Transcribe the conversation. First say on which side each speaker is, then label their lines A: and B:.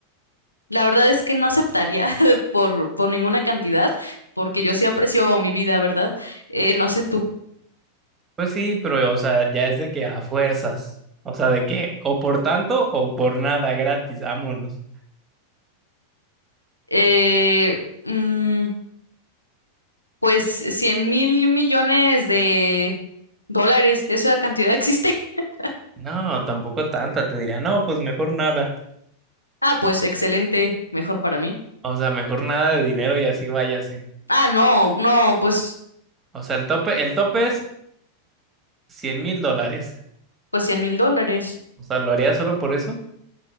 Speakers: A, on the left; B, on the right.
A: la verdad es que no aceptaría <laughs> por, por ninguna cantidad, porque yo sí aprecio mi vida, ¿verdad? Eh, no sé tú.
B: Pues sí, pero, o sea, ya es de que a fuerzas. O sea, de que o por tanto o por nada gratis, vámonos.
A: Eh, mm, pues cien mil millones de dólares, ¿esa cantidad existe? <laughs>
B: No, tampoco tanta, te diría, no, pues mejor nada.
A: Ah, pues excelente, mejor para mí.
B: O sea, mejor nada de dinero y así váyase.
A: Ah, no, no, pues,
B: O sea, el tope, el tope es cien mil dólares.
A: pues cien mil dólares.
B: O sea, lo haría solo por eso.